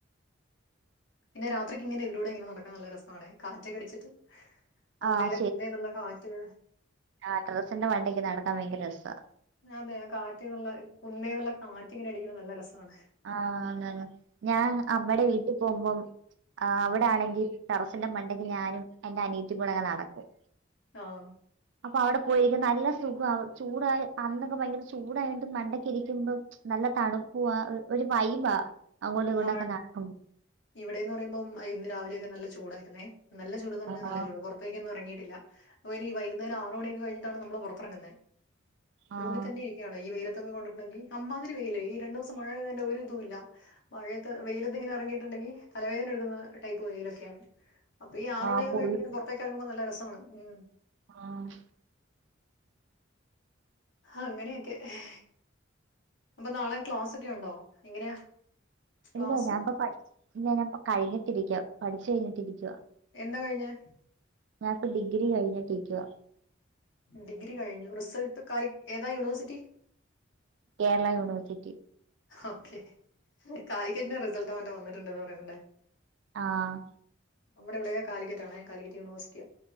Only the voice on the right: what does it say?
ആഹ്
ആ ടെറസിന്റെ മണ്ടക്ക് നടക്കാൻ ഭയങ്കര രസമാ
അന്നന്ന് ഞാൻ അമ്മടെ വീട്ടിൽ പോവുമ്പം ആ അവിടണെങ്കിൽ ടെറസിന്റെ മണ്ടക്ക് ഞാനും എന്റെ അനിയത്തി കൂടെങ്ങട്ട് നടക്കും
അപ്പൊ അവിടെ പോയിരിക്കും നല്ല സുഖവാ ചൂടായി അന്നൊക്കെ ഭയങ്കര ചൂടായിട്ട് മണ്ടക്കിരിക്കുമ്പം നല്ല തണുപ്പുവാ ഒരു വൈബാ അങ്ങോട്ടിങ്ങോട്ടൊക്കെ
നടക്കുമ്പോ
ആഹ്
ആഹ്
ആഹ്
പുള്ളി
ആഹ്
ഇല്ല ഞാൻപ്പം ഇല്ല ഞാൻ കഴിഞ്ഞിട്ടിരിക്കുവാ പഠിച്ചു കഴിഞ്ഞിട്ടിരിക്കുവാ
ഞാനിപ്പം ഡിഗ്രി കഴിഞ്ഞിട്ടിരിക്കുവാ
കേരളായൂണിവേഴ്സിറ്റി
ആഹ്